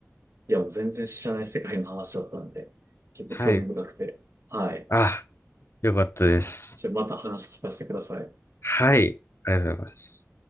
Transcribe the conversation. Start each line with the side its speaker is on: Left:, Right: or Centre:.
Right: いや、全然知らない世界の話だったんで、結構興味深くて。
Left: はい。
Right: はい。
Left: あ、よかったです。
Right: じゃあまた話聞かせてください。
Left: はい。ありがとうございます。